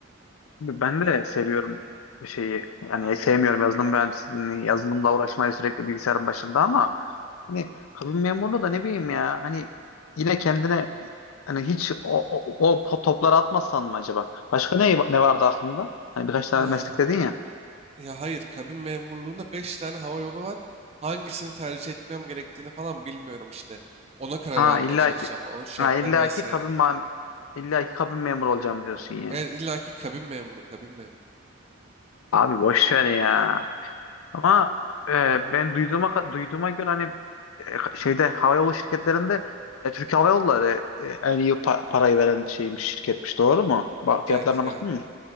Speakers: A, on the left; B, on the right.
A: Ben de seviyorum bir şeyi. Yani sevmiyorum yazılım mühendisliğini, yazılımla uğraşmayı sürekli bilgisayarın başında ama hani kabin memurluğu da ne bileyim ya. Hani yine kendine hani hiç o, o, o po- topları atmasan mı acaba? Başka ne ne vardı aklında? Hani birkaç tane
B: Ya.
A: meslek dedin ya.
B: Ya hayır, kabin memurluğunda 5 tane hava yolu var. Hangisini tercih etmem gerektiğini falan bilmiyorum işte. Ona karar
A: Ha
B: vermeye
A: illaki
B: çalışacağım. Onun şartlarını
A: ha illaki
B: vesaire.
A: kabin ma- illaki kabin memuru olacağım diyorsun yani.
B: Evet, illa ki kabin memuru, kabin memuru.
A: Abi boş ver ya. Ama e, ben duyduğuma duyduğuma göre hani e, şeyde havayolu şirketlerinde e, Türk Hava Yolları e, en iyi pa- parayı veren şeymiş şirketmiş doğru mu? Bak
B: Evet
A: fiyatlarına
B: yani.
A: baktın mı?